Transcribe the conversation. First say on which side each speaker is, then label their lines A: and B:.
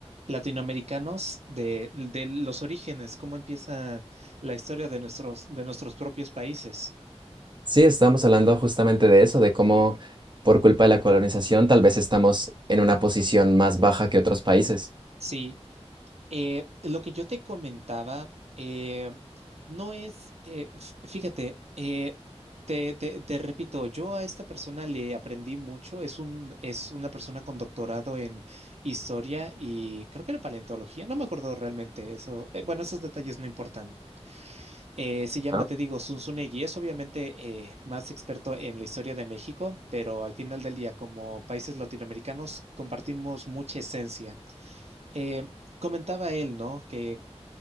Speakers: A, on the right; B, on the right.
A: latinoamericanos, de, de los orígenes, cómo empieza la historia de nuestros, de nuestros propios países.
B: Sí, estábamos hablando justamente de eso, de cómo por culpa de la colonización tal vez estamos en una posición más baja que otros países.
A: Sí, Eh, lo que yo te comentaba eh, no es, eh, f- fíjate, eh, te, te- te repito, yo a esta persona le aprendí mucho, es un, es una persona con doctorado en historia y creo que era paleontología, no me acuerdo realmente eso, eh, bueno, esos detalles no importan. Eh, se llama,
B: Ah,
A: te digo, Zunzunegui, es obviamente eh, más experto en la historia de México, pero al final del día, como países latinoamericanos, compartimos mucha esencia. Eh, Comentaba él, ¿no? Que